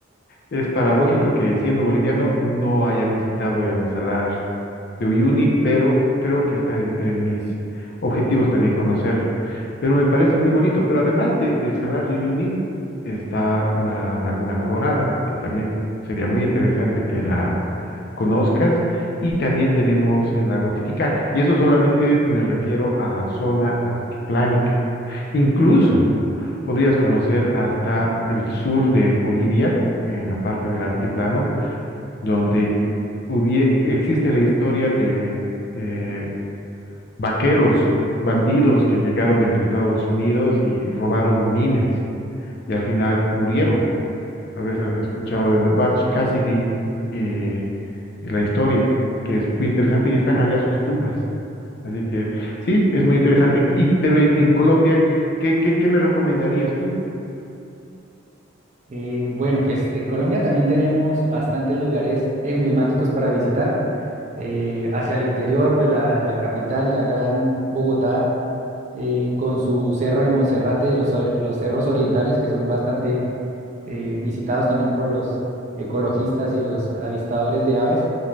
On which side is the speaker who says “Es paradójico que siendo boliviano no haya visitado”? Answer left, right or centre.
Left